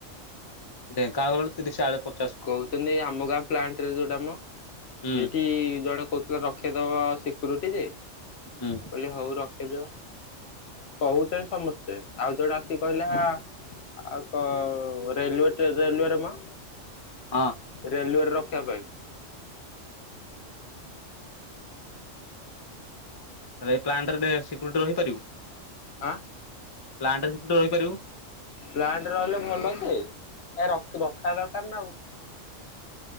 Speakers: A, on the left (about 30°); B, on the left (about 60°).
A: ଢେଙ୍କାନାଳ ଗଲେ ତିରିଶି ଚାଳିଶି
B: କହୁଚନ୍ତି ଆମ ଗାଁ ପ୍ଲାଣ୍ଟରେ ଯୋଉଟା ମ
A: ହୁଁ
B: ଏଇଠି ଜଣେ କହୁଥିଲା ରଖେଇଦବ ସିକ୍ୟୁରିଟି ଯେ ମୁଁ
A: ହୁଁ
B: କହିଲି ହୋଉ ରଖେଇଦିଅ। କହୁଚନ୍ତି ସମସ୍ତେ ଆଉ ଜଣେ ଆସିକି କହିଲା ଆଉ କଅ ରେଲୁୱେ ଟେ ରେଲୁୱଏ ରେ ମ
A: ହଁ।
B: ରେଲୁୱେଏରେ ରଖିବା ପାଇଁ।
A: ତାହେଲେ ଏ ପ୍ଲାଟେରେ ସିକ୍ୟୁରିଟି ରହିପାରିବୁ?
B: ଆଁ
A: ପ୍ଲାଟ୍ରେ ସିକ୍ୟୁରିଟି ରହିପାରିବୁକି?
B: ପ୍ଲାଣ୍ଟରେ ରହିଲେ ଭଲ ଜେ କାହିଁ ରଖ ରଖିବା ଦରକାରେ ନା ଆଉ।